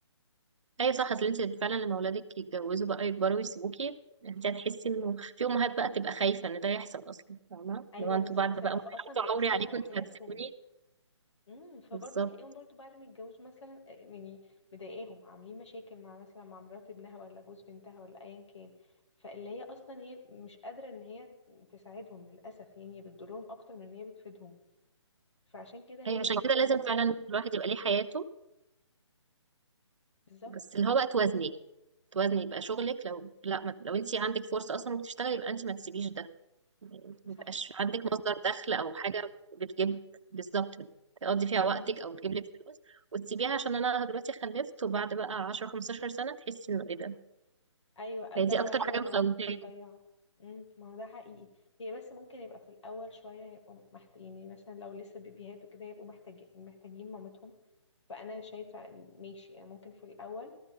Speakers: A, on the right (about 75°); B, on the left (about 70°).
A: ايوه صح اصل انت فعلا لما اولادك يتجوزوا بقى يكبروا ويسيبوكي انت هتحسي انه في امهات بقى تبقى خايفة ان ده يحصل اصلا فاهمة
B: ايوه
A: لو انتوا
B: بالظبط
A: بعد
B: ف-
A: بقى
B: فاصلا
A: ما هيعطوا
B: بيأثروا
A: عمري عليكم
B: على
A: انتوا
B: حياتهم
A: هتسيبوني
B: امم فبرضه
A: بالظبط
B: تلاقيهم برضه بعد ما يتجوزوا مثلا آه، يعني مضايقاهم عاملين مشاكل مع مثلا مع مرات ابنها ولا جوز بنتها ولا ايا كان فاللي هي اصلا هي مش قادره ان هي تساعدهم للاسف يعني بتضرهم اكتر من ان هي بتفيدهم فعشان كده هي
A: ايوه
B: لازم
A: عشان كده
B: يكون
A: لازم فعلا
B: دي
A: الواحد يبقى ليه حياته
B: بالظبط
A: بس اللي هو بقى توازني توازني يبقى شغلك لو لا ما... لو انت عندك فرصة اصلا وبتشتغلي يبقى انت ما تسيبيش ده ميبقاش
B: صح
A: عندك مصدر
B: صح
A: دخل او حاجه بتجيب بالظبط تقضي فيها
B: امم
A: وقتك او تجيب لك فلوس وتسيبيها عشان انا دلوقتي خلفت وبعد بقى 10 15 سنه تحسي انه ايه ده
B: ايوه ابدا
A: هي دي
B: بقى
A: اكتر
B: ايه
A: حاجه
B: ده ده
A: مخوفاني
B: انا ده ضيعه امم ما هو ده حقيقي هي بس ممكن يبقى في الاول شويه يبقوا محت... يعني مثلا لو لسه بيبيهات وكده يبقوا محتاج... محتاجين مامتهم فانا شايفه إن ماشي انا ممكن في الاول